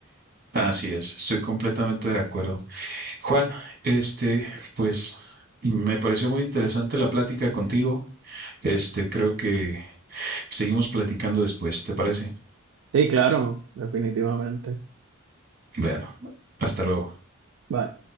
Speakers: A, on the right; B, on the right.
A: Así es, estoy completamente de acuerdo. Juan, este, pues me pareció muy interesante la plática contigo. Este, creo que seguimos platicando después, ¿te parece?
B: Sí, claro, definitivamente.
A: Bueno, hasta luego.
B: Vale.